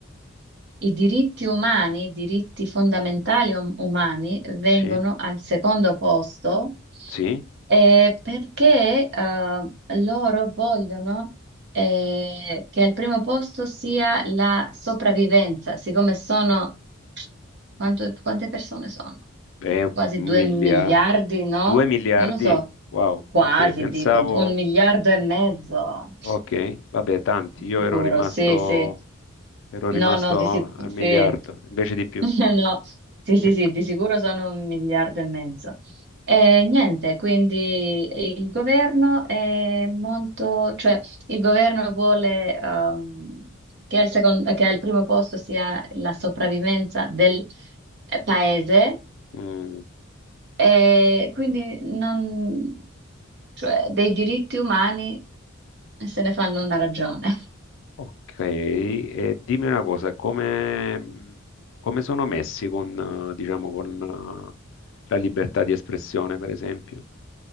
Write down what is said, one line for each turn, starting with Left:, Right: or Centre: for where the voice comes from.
Right: i diritti umani, i diritti fondamentali um- umani vengono
Left: sì,
Right: al secondo posto
Left: sì,
Right: eh, perché eh, loro vogliono eh, che al primo posto sia la sopravvivenza, siccome sono quanto- quante persone sono?
Left: eh,
Right: Quasi
Left: un
Right: due
Left: miliardo,
Right: miliardi, no?
Left: due miliardi?
Right: Non lo so,
Left: Wow,
Right: quasi
Left: ok, pensavo,
Right: dico, un miliardo e mezzo,
Left: ok, vabbè, tanti.
Right: di
Left: Io
Right: sicuro,
Left: ero rimasto,
Right: sì, sì.
Left: ero
Right: No,
Left: rimasto
Right: no, di sic-
Left: al
Right: sì.
Left: miliardo, invece di più.
Right: <laughs> No, sì, sì,
Left: E-
Right: sì, di sicuro sono un miliardo e mezzo. E niente, quindi il governo è molto, cioè il governo vuole ehm, che al secon- che al primo posto sia la sopravvivenza del eh, paese
Left: mm,
Right: e quindi non, cioè, dei diritti umani se ne fanno una ragione.
Left: Ok, e dimmi una cosa, come, come sono messi con, eh, diciamo, con eh, la libertà di espressione, per esempio?